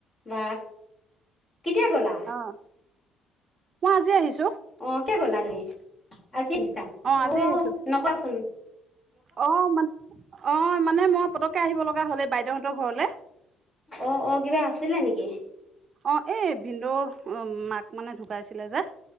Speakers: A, on the left; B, on the right.
A: বাাহ কেতিয়া গলা
B: অ মই আজি আহিছো
A: অ ক গ'লা তুমি আজি আহিছা অ
B: আজি আহিছো
A: নকোৱাচোন
B: অ মানে আহ মানে মই পতককে আহিব লগা হ'ল বাইদেউহঁতৰ ঘৰলে
A: অ অ কিবা আছিলে নেকি
B: অ এই বিন্দুৰ অ মাক মানে ঢুকাইছিলে যে